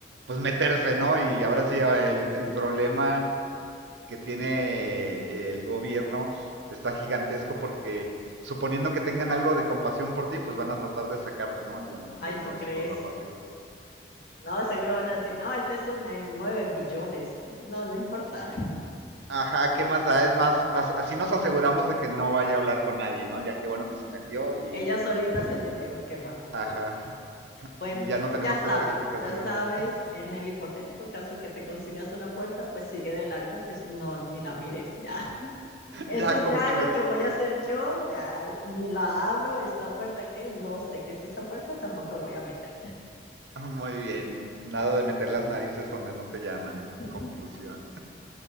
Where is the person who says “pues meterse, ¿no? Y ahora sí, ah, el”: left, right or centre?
Right